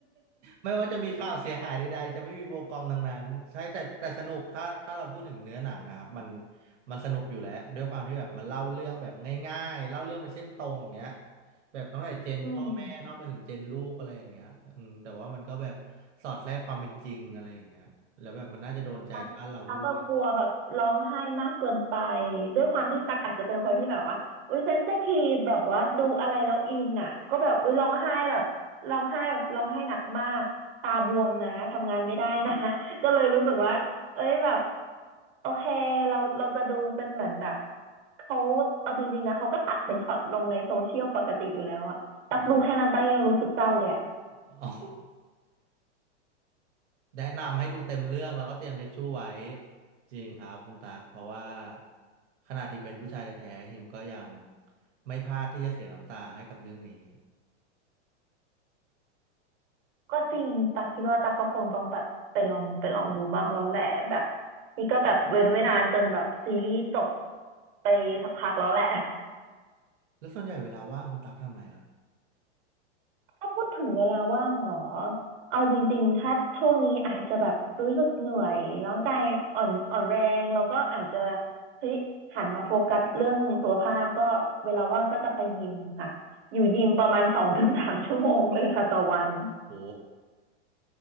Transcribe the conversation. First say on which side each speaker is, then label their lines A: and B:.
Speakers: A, on the right; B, on the right.
A: ไม่ว่าจะมีข่าวเสียหายใดๆจะไม่มีโบกอมทั้งนั้นใช่แต่แต่สนุกถ้าถ้าเราพูดถึงเนื้อหนังอะครับมันมันสนุกอยู่แล้วด้วยความที่แบบมันเล่าเรื่องแบบง่ายๆเล่าเรื่องเป็นเส้นตรงอย่างเงี้ยแบบตั้งแต่เจนพ่อแม่เนอกมาถึงเจนลูกอะไรอย่างเงี้ยอืมแต่ว่ามันก็แบบสอดแทรกความเป็นจริงอะไรอย่างเงี้ยแล้วแบบมันน่าจะโดนใจบ้านเราด้วย
B: <laughs> อืม ตั๊กตั๊กก็กลัวแบบร้องไห้มากเกินไปด้วยความที่ตั๊กอาจจะเป็นคนที่แบบว่าอุ้ยเซนซิทีฟแบบว่าดูอะไรแล้วอินอ่ะก็แบบอุ้ยร้องไห้แบบร้องไห้แบบร้องไห้หนักมากตาบวมนะทำงานไม่ได้นะ <laughs> ก็เลยรู้สึกว่าเอ้ยแบบโอเคเราเราจะดูเป็นเหมือนแบบเขาเอาจริงๆนะเขาก็ตัดเป็นช็อตลงในโซเชียลปกติอยู่แล้วอะตักดูแค่นั้นตักยังรู้สึกเศร้าเลยอะ
A: อืม <laughs> อ๋อ แนะนำให้ดูเต็มเรื่องแล้วก็เตรียมทิชชู่ไว้จริงครับคุณตากเพราะว่าขนาดฮิมเป็นผู้ชายแท้ๆฮิมก็ยังไม่พลาดที่จะเสียน้ำตาให้กับเรื่องนี้
B: ก็จริงตาคิดว่าตาก็คงต้องแบบไปลองไปลองดูบ้างแล้วแหละแบบนี่ก็แบบเว้นไว้นานจนแบบซีรีส์จบไปสักพักแล้วแหละ
A: แล้วส่วนใหญ่เวลาว่างคุณตักทำอะไรครับ
B: <laughs> ถ้าพูดถึงเวลาว่างเหรอเอาจริงๆถ้าช่วงนี้อาจจะแบบรู้สึกเหนื่อยร่างกายอ่อนอ่อนแรงแล้วก็อาจจะเฮ้ยหันมาโฟกัสเรื่องสุขภาพก็เวลาว่างก็จะไปยิมค่ะอยู่ยิมประมาณสองถึงสามชั่วโมงเลยค่ะต่อวัน
A: โห